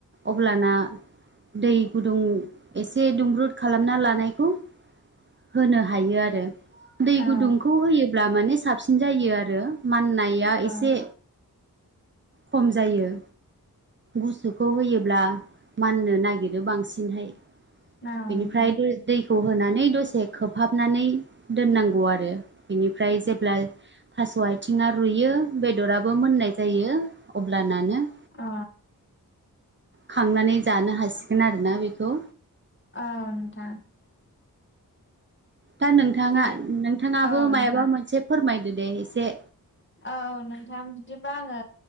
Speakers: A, on the right; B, on the left.
A: अब्लाना दै गुदुं एसे दुंब्रुद खालामना लानायखौ होनो हायो आरो। दै
B: औ
A: गुदुंखौ होयोब्ला माने साबसिन जायो आरो। माननाया एसे
B: औ
A: खम जायो‌। गुसुखौ होयोब्ला माननो नागिरो बांसिनहाय।
B: औ नोंथां
A: बेनिफ्राय दैखौ होनानै दसे खोबहाबनानै दोननांगौ आरो। बेनिफ्राय जेब्ला थास' आथिङा रुइयो बेदराबो मोननाय जायो अब्लानानो
B: अ
A: खांनानै जानो हासिगोन आरोना बेखौ
B: औ नोंथां।
A: दा नोंथाङा
B: बिदि
A: नोंथाङाबो
B: औ
A: मायाबा
B: नोंथां
A: मोनसे फोरमायदो दे एसे।
B: औ नोंथां बिदिबा आङो।